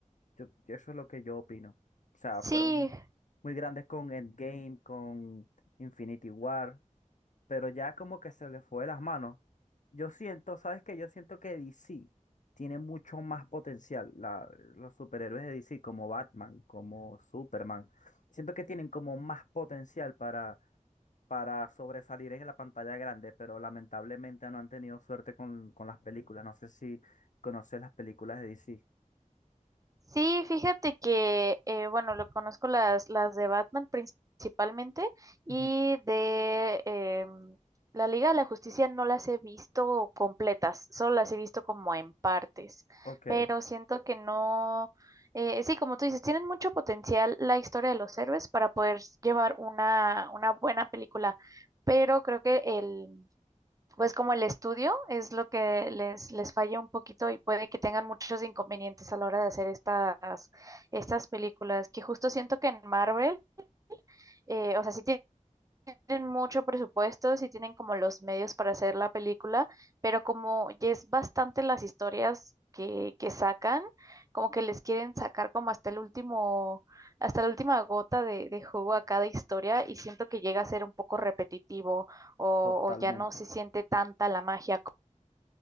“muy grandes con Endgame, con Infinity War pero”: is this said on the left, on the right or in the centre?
Left